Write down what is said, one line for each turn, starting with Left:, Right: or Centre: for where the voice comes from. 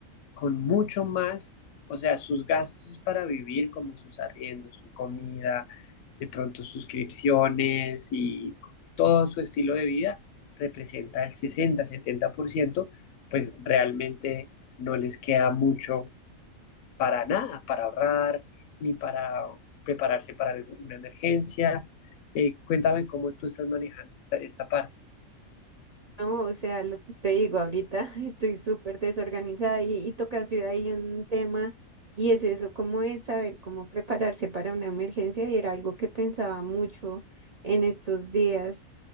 Left: con mucho más, o sea, sus gastos para vivir, como sus arriendos, su comida, de pronto suscripciones y todo su estilo de vida representa el 60, 70%, pues realmente no les queda mucho para nada, para ahorrar, ni para prepararse para alguna emergencia. Eh, cuéntame cómo tú estás manejando esta, esta parte.
Right: No, o sea, lo que te digo, ahorita <laughs> estoy súper desorganizada y, y tocaste ahí un tema y es eso, cómo es saber cómo prepararse para una emergencia y era algo que pensaba mucho en estos días